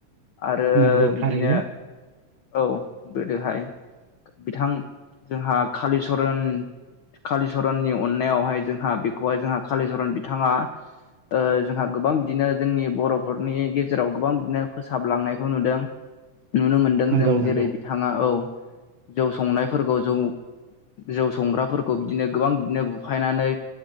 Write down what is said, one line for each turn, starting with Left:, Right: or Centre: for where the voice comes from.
Left: आरो
Right: नंगौ
Left: बिदिनो
Right: थारैनो
Left: औ गोदोहाय बिथां जोंहा कालिचरन कालिचरननि अननायावहाय जोंहा बेखौहाय जोंहा कालिचरन बिथाङा ओ जोंहा गोबां बिदिनो जोंनि बर'फोरनि गेजेराव गोबां बिदिनो फोसाबलांनायखौ नुदों नुनो मोन्दों
Right: नंगौ
Left: जों जेरै
Right: नंगौ
Left: बिथाङा औ जौ संनायफोरखौ जौ जौ संग्राफोरखौ बिदिनो गोबां बिदिनो बुफायनानै